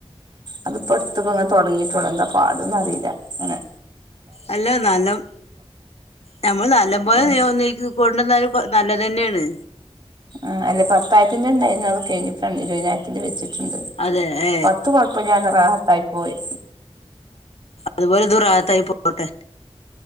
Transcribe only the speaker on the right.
അത് ഇപ്പ അട്ത്ത് ഇപ്പ ഇങ്ങനെ തോട്ങ്ങിട്ടോള്ളൂ എന്താ പാട്ന്ന് അറീല ഇങ്ങനെ
ആഹ്
ആഹ് അല്ല പത്തായിര്ത്തിന്റെ ഇണ്ടായിര്ന്നു അത് കഴിഞ് ഇപ്പം ഇരുവയ്‌നായിരത്തിന്റെ വെച്ചിട്ടുണ്ട്
പത്ത് കൊഴപ്പല്ലാതെ റാഹത്തായി പോയി